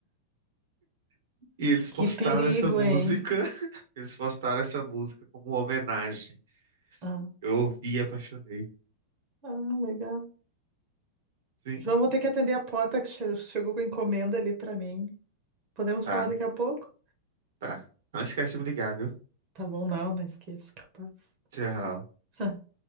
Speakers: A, on the right (about 75°); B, on the right (about 30°).
A: <laughs> e eles
B: que
A: postaram
B: perigo,
A: essa música.
B: hein?
A: <laughs> Eles postaram essa música como uma homenagem.
B: Ah,
A: Eu ouvi e apaixonei.
B: ah, legal.
A: Sim,
B: João, vou ter que atender a porta que che- chegou com encomenda ali pra mim. Podemos
A: tá,
B: falar daqui a pouco?
A: tá. Não esquece de me ligar, viu?
B: Tá bom, não, não esqueça, capaz.
A: Tchau.
B: <laughs>